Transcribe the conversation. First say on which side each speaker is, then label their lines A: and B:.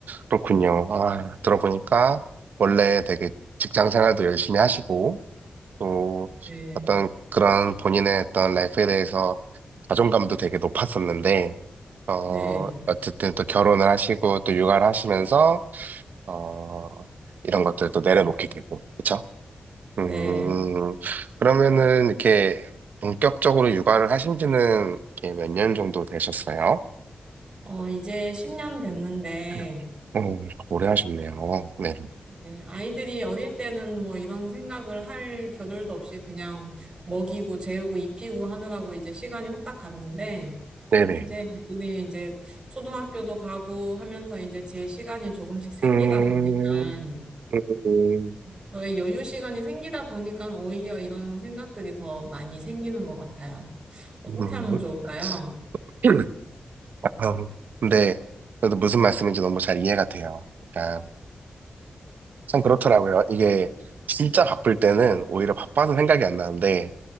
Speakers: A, on the right; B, on the right.
A: 그렇군요. 아, 들어보니까 원래 되게 직장 생활도 열심히 하시고, 또
B: 네.
A: 어떤 그런 본인의 어떤 라이프에 대해서 자존감도 되게 높았었는데, 어,
B: 네.
A: 어쨌든 또 결혼을 하시고, 또 육아를 하시면서, 어, 이런 것들을 또 내려놓게 되고, 그쵸? 음,
B: 네.
A: 그러면은 이렇게 본격적으로 육아를 하신 지는 이렇게 몇 년 정도 되셨어요?
B: 어, 이제 10년 됐는데
A: 네. 음, 오래 하셨네요. 네.
B: 네, 아이들이 어릴 때는 뭐 이런 생각을 할 겨를도 없이 그냥 먹이고 재우고 입히고 하느라고 이제 시간이 후딱 갔는데
A: 네네.
B: 이제 우리 이제 초등학교도 가고 하면서 이제 제 시간이 조금씩 생기다
A: 음,
B: 보니까
A: 음,
B: 저의 여유 시간이 생기다 보니까 오히려 이런 생각들이 더 많이 생기는 것 같아요. 어떻게
A: 음, 음.
B: 하면 좋을까요?
A: <clears throat> 아, 근데 저도 무슨 말씀인지 너무 잘 이해가 돼요. 그러니까 참 그렇더라고요. 이게 진짜 바쁠 때는 오히려 바빠서 생각이 안 나는데,